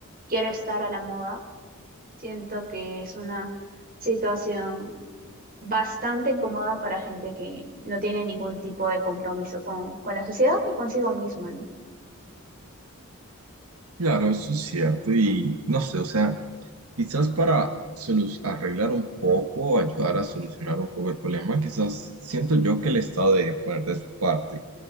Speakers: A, on the right (about 40°); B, on the right (about 80°).
A: quiero estar a la moda. Siento que es una situación bastante cómoda para gente que no tiene ningún tipo de compromiso con, con la sociedad y consigo mismo, ¿no?
B: Claro, eso es cierto. Y no sé, o sea, quizás para solu- arreglar un poco, ayudar a solucionar un poco el problema, quizás siento yo que el Estado debe poner de su parte